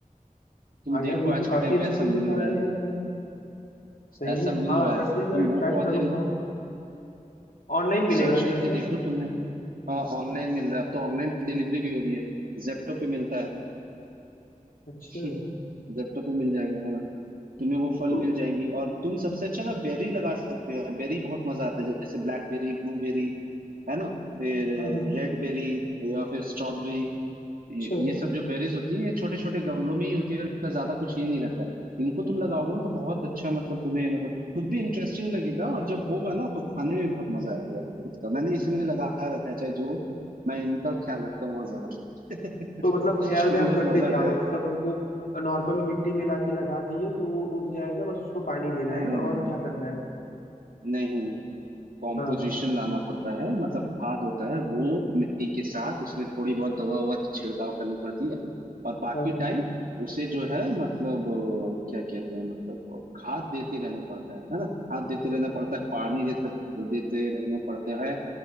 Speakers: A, on the right; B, on the left.
A: तुम
B: हाँ
A: देखो
B: यार ये
A: आज
B: तो
A: के
B: काफी
A: टाइम
B: अच्छी
A: पे ऐसा
B: चीज
A: मिल
B: बता
A: रहा
B: दी आपने सही
A: है ऐसा
B: में
A: मिल
B: हाँ
A: रहा
B: वैसे
A: है तुम
B: मैं ट्राई
A: वो पौधे
B: करूंगा ऑनलाइन मिलेगा
A: सर्च
B: ना
A: करके
B: ये सब
A: देखो तुम्हें हाँ ऑनलाइन मिल रहा है अब तो ऑनलाइन डिलीवरी भी हो रही है जेप्टो पे मिलता है
B: अच्छा
A: <laughs> जेप्टो पे मिल जाएगा हाँ। तुम्हें वो फल
B: तो
A: मिल जाएंगी और तुम सबसे अच्छा ना बेरी लगा सकते हो बेरी बहुत मजा आता है जैसे ब्लैकबेरी ब्लूबेरी है ना फिर
B: हाँ हाँ
A: रेड बेरी या फिर स्ट्रॉबेरी
B: अच्छा
A: ये, ये सब जो बेरीज होती है ये छोटे छोटे गमलों में ही होती है और इतना ज्यादा कुछ ये नहीं रहता है इनको तुम लगाओगे ना तो बहुत अच्छा मतलब तुम्हें मतलब खुद भी इंटरेस्टिंग लगेगा और जब होगा ना तो खाने में भी बहुत मजा आएगा यार खुद का मैंने इसीलिए लगा रखा है चाहे जो मैं इनका ख्याल रखता हूँ बहुत ज्यादा
B: तो
A: <laughs> क्योंकि
B: मतलब ख्याल में आप
A: बहुत
B: करते
A: मजा
B: क्या
A: आता
B: हो
A: है
B: मतलब उनको नॉर्मल मिट्टी में लाके लगा दिए तो वो उग जाएगा बस उसको पानी देना
A: नहीं
B: है ना
A: नहीं नहीं
B: और क्या करना है
A: नहीं नहीं कॉम्पोजिशन
B: हाँ
A: लाना पड़ता है मतलब खाद होता है वो मिट्टी के साथ उसमें थोड़ी बहुत दवा ववा छिड़काव करनी पड़ती है और बाकी
B: हाँ हाँ
A: टाइम उसे जो है मतलब अ, क्या कहते हैं मतलब अ, खाद देते रहने पड़ता है है ना खाद देते रहना पड़ता है पानी देते देते रहने पड़ते हैं